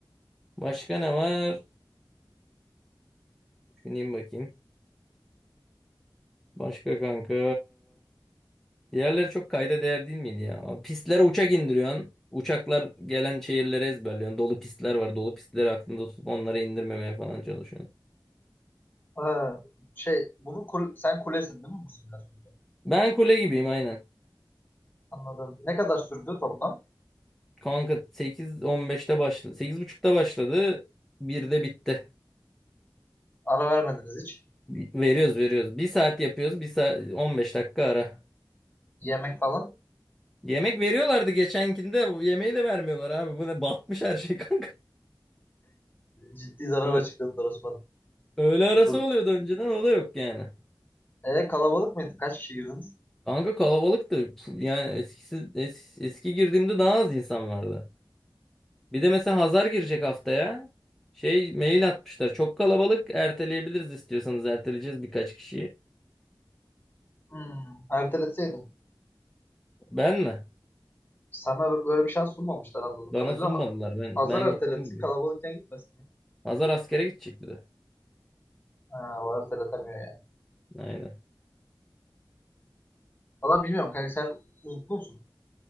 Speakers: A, in the centre; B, on the left.
A: Başka ne var? Düşüneyim bakayım. Başka kanka. Diğerleri çok kayda değer değil miydi ya? Pistlere uçak indiriyorsun. Uçaklar gelen şehirlere ezberliyorsun. Dolu pistler var. Dolu pistleri aklında tutup onları indirmemeye falan çalışıyorsun.
B: Ha. Şey, bunu kul- sen kulesin değil mi bu simülasyonda?
A: Ben kule gibiyim aynen.
B: Anladım. Ne kadar sürdü toplam?
A: Kanka 8.15'te başladı. 8.30'da başladı. birde bitti.
B: Ara vermediniz hiç.
A: Veriyoruz veriyoruz. Bir saat yapıyoruz. Bir saat 15 dakika ara.
B: Yemek falan.
A: Yemek veriyorlardı geçenkinde. Bu Yemeği de vermiyorlar abi. Bu ne batmış her şey kanka.
B: Ciddi zarar
A: Ö-
B: açıkladılar Osman.
A: Öğle arası
B: Dur.
A: oluyordu önceden o da yok yani.
B: E, kalabalık mıydı? Kaç kişi girdiniz?
A: Kanka kalabalıktı. Yani eskisi eski, eski girdiğimde daha az insan vardı. Bir de mesela Hazar girecek haftaya. Şey mail atmışlar. Çok kalabalık. Erteleyebiliriz istiyorsanız erteleyeceğiz birkaç kişiyi.
B: Hmm, erteletseydim.
A: Ben mi?
B: Sana böyle bir şans sunmamışlar anladığım
A: Bana
B: kadarıyla.
A: sunmadılar.
B: Ha-
A: Ben
B: Hazar
A: ben
B: erteletsin
A: gittim gibi.
B: kalabalıkken gitmesin.
A: Hazar askere gidecek dedi.
B: Ha, o kadar ya.
A: Aynen.
B: Valla bilmiyorum kanka sen unuttun musun?